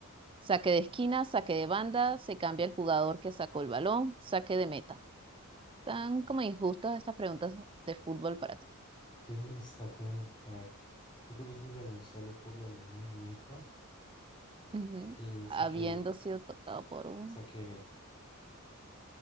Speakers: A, on the right; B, on the left.
A: Saque de esquina, saque de banda, se cambia el jugador que sacó el balón, saque de meta. Tan como injustas estas preguntas de fútbol para ti.
B: Que es- está como, a ver, ¿qué ocurre si el balón sale por la línea de meta?
A: Ujú.
B: Eh, saque
A: Habiendo
B: de meta,
A: sido tocado por un...
B: saque de meta.